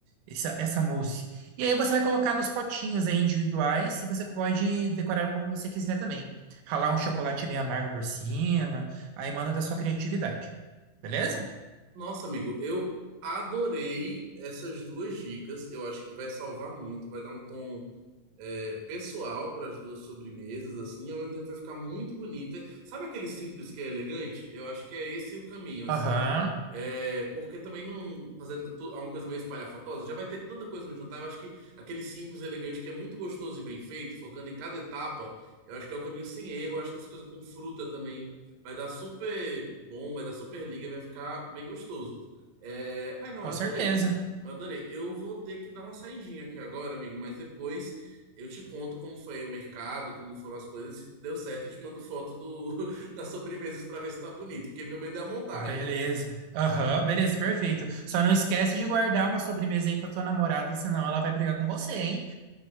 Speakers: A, on the right (about 80°); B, on the right (about 60°).
A: essa, essa mousse. E aí você vai colocar nos potinhos aí individuais e você pode decorar como você quiser também. Ralar um chocolate meio amargo por cima, aí manda da sua criatividade. Beleza?
B: Nossa, amigo, eu adorei essas duas dicas. Eu acho que vai salvar muito, vai dar um tom é, pessoal para as duas sobremesas, assim, e ao mesmo tempo vai ficar muito bonita. Sabe aquele simples que é elegante? Eu acho que é esse o caminho, assim.
A: Aham,
B: É, porque também não fazendo tu- é uma coisa meio espalhafatosa, já vai ter tanta coisa no jantar. Eu acho que aquele simples, elegante, que é muito gostoso e bem feito, focando em cada etapa, eu acho que é o caminho sem erro. Eu acho que essa coisa com fruta também. Vai dar super bom, vai dar super liga, vai ficar bem gostoso. É... Ah, não,
A: com
B: eu adorei.
A: certeza.
B: Eu adorei. Eu vou ter que dar uma saidinha aqui agora, amigo, mas depois eu te conto como foi o mercado, como foram as coisas, se deu certo, eu te mando foto do... <laughs> das sobremesas para ver se tá bonito, porque meu medo é a montagem.
A: Beleza. Aham, beleza, perfeito. Só não esquece de guardar uma sobremesa aí pra tua namorada, senão ela vai brigar com você, hein?